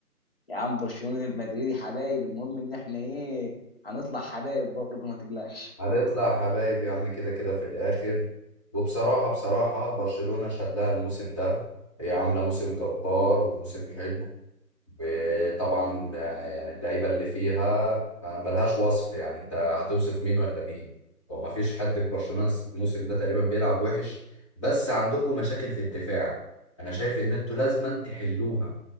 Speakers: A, on the left; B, on the left.
A: يا عم برشلوني المدريدي حبايب المهم ان احنا ايه هنطلع حبايب برضه ما تقلقش
B: هنطلع حبايب يا عم كده كده في الاخر وبصراحه بصراحه برشلونه شاد لها الموسم ده هي عامله موسم جبار وموسم حلو وطبعا يعني اللعيبه اللي فيها ما- ملهاش وصف يعني انت هتوصف مين ولا مين وما فيش حد في برشلونه الموسم ده تقريبا بيلعب وحش بس عندكم مشاكل في الدفاع انا شايف ان انتوا لازما تحلوها